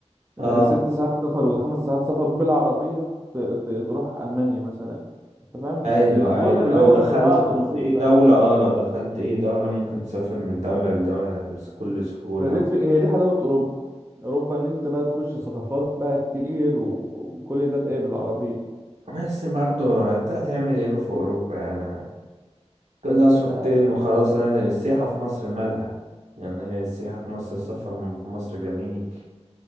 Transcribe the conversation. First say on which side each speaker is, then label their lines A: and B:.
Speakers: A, on the right (about 80°); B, on the right (about 20°).
A: اه
B: آه، ست ساعات سفر ولا خمس ساعات سفر بالعربية ت- ت- تروح ألمانيا مثلا أنت فاهم
A: ايوه
B: الدول
A: ايوه
B: كلها
A: لو
B: جنب
A: دخلت
B: بعض
A: خلاص
B: ومفيش
A: ايه
B: بقى
A: دولة اه لو دخلت ايه دولة ممكن تسافر من دولة لدولة بكل سهولة
B: فدي
A: وكده
B: الف... هي دي حلاوة أوروبا أوروبا إن أنت بقى تخش ثقافات بقى كتير و- وكل ده بإيه بالعربية
A: بس برضه هت- هتعمل ايه في اوروبا يعني كلها صورتين
B: ما-
A: وخلاص يعني السياحة في مصر مالها يعني هي السياحة في مصر السفر في مصر جميل